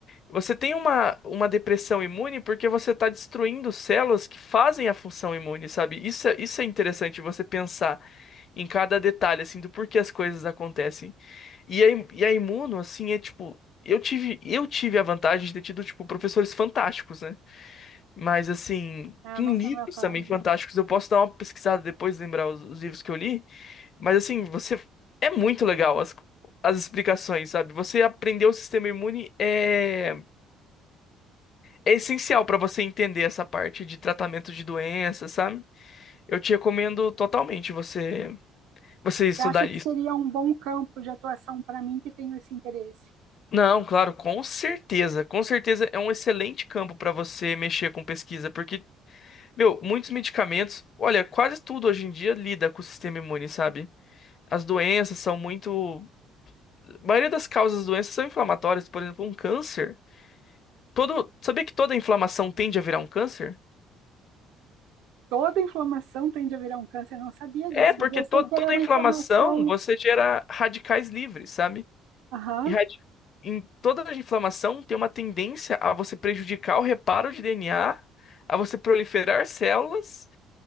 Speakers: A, on the left (about 40°); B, on the right (about 85°).
A: Você tem uma, uma depressão imune porque você está destruindo células que fazem a função imune, sabe? Isso é, isso é interessante você pensar em cada detalhe, assim, do porquê as coisas acontecem. E a, Im- e a Imuno, assim, é tipo. Eu tive, eu tive a vantagem de ter tido, tipo, professores fantásticos, né? Mas, assim,
B: é,
A: em
B: não foi
A: livros
B: o meu caso.
A: também fantásticos, eu posso dar uma pesquisada depois, lembrar os, os livros que eu li. Mas, assim, você. É muito legal as, as explicações, sabe? Você aprender o sistema imune é, é essencial pra você entender essa parte de tratamento de doenças, sabe? Eu te recomendo totalmente você, você estudar
B: Você acha
A: isso.
B: que seria um bom campo de atuação para mim que tenho esse interesse?
A: Não, claro, com certeza. Com certeza é um excelente campo para você mexer com pesquisa, porque, meu, muitos medicamentos, olha, quase tudo hoje em dia lida com o sistema imune, sabe? As doenças são muito. A maioria das causas das doenças são inflamatórias, por exemplo, um câncer. Todo... Sabia que toda inflamação tende a virar um câncer?
B: Toda inflamação tende a virar um câncer, eu não sabia
A: É,
B: disso,
A: porque
B: mas eu sei
A: to-
B: que
A: toda
B: ela é uma
A: inflamação
B: inflamação.
A: você gera radicais livres, sabe?
B: Aham,
A: E radi- em toda a inflamação tem uma tendência a você prejudicar o reparo de DNA, a a você proliferar células